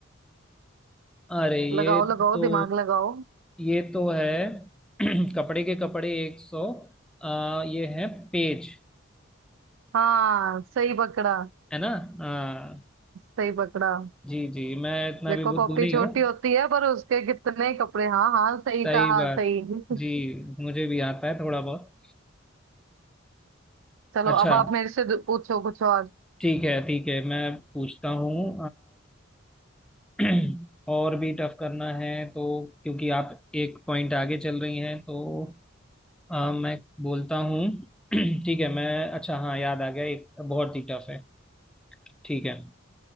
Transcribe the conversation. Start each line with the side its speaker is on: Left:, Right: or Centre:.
Centre: अरे ये
Right: लगाओ लगाओ
Centre: तो
Right: दिमाग लगाओ
Centre: ये तो है <clears throat> कपड़े के कपड़े एक सौ आ, ये है पेज
Right: हाँ सही पकड़ा
Centre: है ना हाँ
Right: सही पकड़ा
Centre: जी जी मैं इतना
Right: देखो
Centre: भी बुद्धू
Right: कॉपी
Centre: नहीं
Right: छोटी
Centre: हूँ
Right: होती है पर उसके कितने कपड़े हाँ हाँ सही
Centre: सही
Right: कहा
Centre: बात
Right: सही <laughs>
Centre: जी मुझे भी आता है थोड़ा बहुत
Right: चलो
Centre: अच्छा
Right: अब आप मेरे से दु- पूछो कुछ और
Centre: ठीक है ठीक है मैं पूछता हूँ <clears throat> और भी टफ करना है तो क्योंकि आप एक पॉइंट आगे चल रही हैं तो अ, मैं बोलता हूँ <clears throat> ठीक है मैं अच्छा हाँ याद आ गया एक बहुत ही टफ है ठीक है